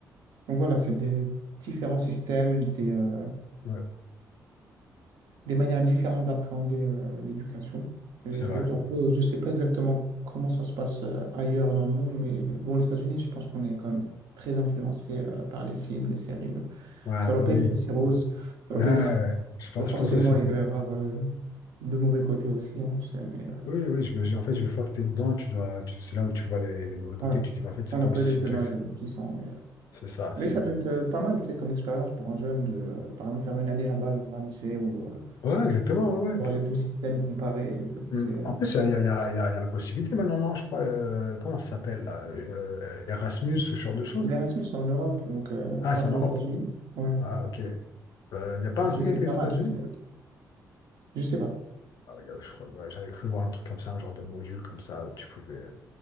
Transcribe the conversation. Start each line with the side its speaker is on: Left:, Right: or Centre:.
Right: donc voilà, c'est des différents systèmes, des euh,
Left: Ouais,
Right: des manières différentes d'appréhender euh, l'éducation et
Left: c'est
Right: les choses.
Left: vrai.
Right: Après, euh, je ne sais pas exactement comment ça se passe euh, ailleurs dans le monde, mais euh, bon, les États-Unis, je pense qu'on est quand même très influencé euh, par les films, les séries. euh.
Left: Ouais,
Right: Ça
Left: bah
Right: ne doit pas
Left: oui.
Right: être aussi rose, ça ne
Left: Ouais,
Right: doit pas
Left: ouais,
Right: être...
Left: ouais.
Right: <laughs>
Left: je pense,
Right: Et forcément,
Left: je pense aussi.
Right: il doit y avoir euh, de mauvais côtés aussi, hein, tu sais, mais euh,
Left: Oui, oui, je me- en fait, une fois que tu es dedans, tu dois, tu- c'est là où tu vois les, les mauvais côtés,
Right: ouais.
Left: tu te dis, mais en fait, c'est
Right: On
Left: pas
Right: n'a
Left: aussi
Right: pas eu les tenants
Left: bien que
Right: et les
Left: ça.
Right: aboutissants, mais, euh,
Left: C'est ça,
Right: mais
Left: c'est
Right: ça
Left: exact.
Right: doit être euh, pas mal, tu sais, comme expérience pour un jeune de, euh, par exemple, faire une année là-bas dans un lycée ou euh,
Left: Ouais, exactement, ouais, ouais.
Right: voir les deux systèmes comparés.
Left: Hum.
Right: C'est euh,
Left: En plus, il y a, il y a- il y a- il y a- il y a la possibilité maintenant, non, je crois, euh, comment ça s'appelle, là, euh, Erasmus, ce genre de choses,
Right: Mais
Left: là?
Right: Erasmus, c'est en Europe, donc euh,
Left: Ah,
Right: pas
Left: c'est
Right: pour
Left: en Europe.
Right: les États-Unis. Ouais,
Left: Ah, ok. Euh, Il n'y a pas
Right: c'est
Left: un truc
Right: c'est
Left: avec les
Right: pas
Left: États-Unis?
Right: mal. c'est- Je sais pas.
Left: Ah, y a- je crois, ouais, j'avais cru voir un truc comme ça, un genre de module comme ça, où tu pouvais.